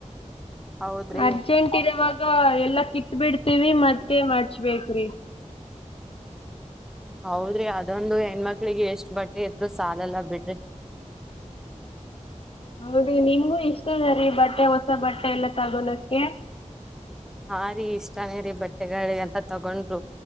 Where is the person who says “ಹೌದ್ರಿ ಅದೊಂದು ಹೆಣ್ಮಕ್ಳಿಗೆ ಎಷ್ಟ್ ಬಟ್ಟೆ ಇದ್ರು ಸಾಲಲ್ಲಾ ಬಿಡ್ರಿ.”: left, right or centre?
Centre